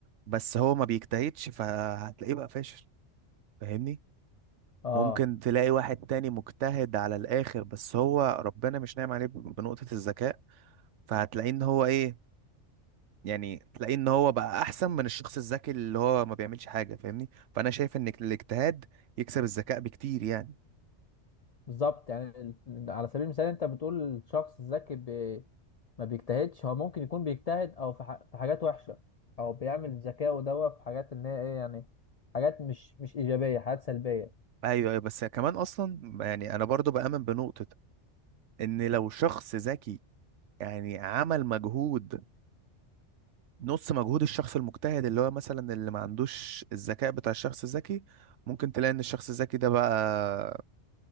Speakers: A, on the right; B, on the left.
A: بس هو ما بيجتهدش فهتلاقيه بقى فاشل فاهمني
B: اه
A: ممكن تلاقي واحد تاني مجتهد على الاخر بس هو ربنا مش ناعم عليه بنقطة الذكاء فهتلاقيه ان هو ايه يعني تلاقيه ان هو بقى احسن من الشخص الذكي اللي هو ما بيعملش حاجه فاهمني فانا شايف ان الاجتهاد يكسب الذكاء بكتير يعني
B: بالظبط يعني ال- على سبيل المثال انت بتقول الشخص الذكي بي ما بيجتهدش هو ممكن يكون بيجتهد او في, ح... في حاجات وحشة او بيعمل ذكاءه دوا في حاجات ان هي ايه يعني حاجات مش مش ايجابية حاجات سلبية
A: ايوه ايوه بس كمان اصلا يعني انا برضو بامن بنقطه ان لو شخص ذكي يعني عمل مجهود نص مجهود الشخص المجتهد اللي هو مثلا اللي ما عندوش الذكاء بتاع الشخص الذكي ممكن تلاقي ان الشخص الذكي ده بقى